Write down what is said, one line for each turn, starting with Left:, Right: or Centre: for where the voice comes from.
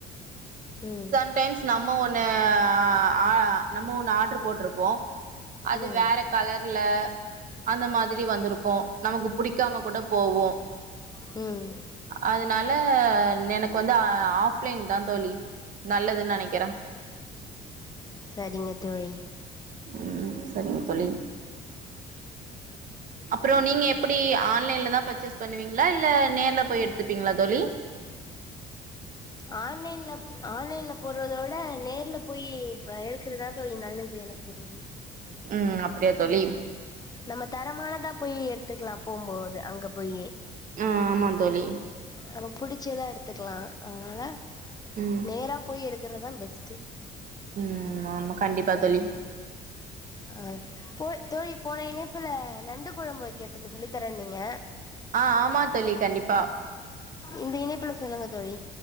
Left: ம்
Right: சம்டைம்ஸ் நம்ம ஒண்ணு ஆ நம்ம ஒண்ணு ஆடர் போட்டுருப்போ அது
Left: ம்
Right: வேற கலர்ல அந்த மாதிரி வந்துருக்கு நமக்கு புடிக்காம குட போவு
Left: ம்
Right: அதனால எனக்கு வந்து அ ஆஃப்லைன் தா தோழி நல்லதுன் நெனைக்கிற
Left: சரிங்க தோழி
Right: ம் சரிங்க தோழி அப்றோ நீங்க எப்டி ஆன்லைன்லதா பர்ச்சேஸ் பண்ணுவீங்களா இல்ல நேர்ல போய் எடுத்துப்பீங்ளா தோழி
Left: ஆன்லைன்ல ஆன்லைன்ல போறத விட நேர்ல போய் ப எடுக்கறதா தோழி நல்லது எனக்கு தெரிஞ்சி
Right: ம் அப்டியா தோழி
Left: நம்ம தரமானதா போய் எடுத்துக்லா போகுபோது அங்க போயி
Right: அ ஆமா தோழி
Left: நமக் புடிச்சதா எடுத்துக்லா அதனால
Right: ம்
Left: நேரா போய் எதுக் கிறதா பெஸ்ட்டு
Right: ம் ஆமா கண்டிப்பா தோழி
Left: அ போ தோழி போன இணைப்புல நண்டு கொழம்பு வக்கிறதுக்கு சொல்லி தரனீங்க
Right: அ ஆமா தோழி கண்டிப்பா
Left: இந்த இணைப்புல சொல்லுங்க தோழி